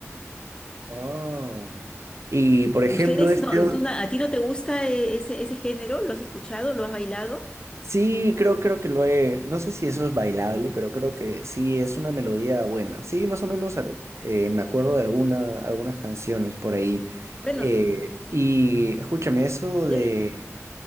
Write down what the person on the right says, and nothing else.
Ah. Y por ejemplo,
este,
o-
Sí, creo, creo que lo he. No sé si eso es bailable, pero creo que sí es una melodía buena. Sí, más o menos al- eh, me acuerdo de alguna, algunas canciones por ahí.
Eh, y escúchame, eso
de,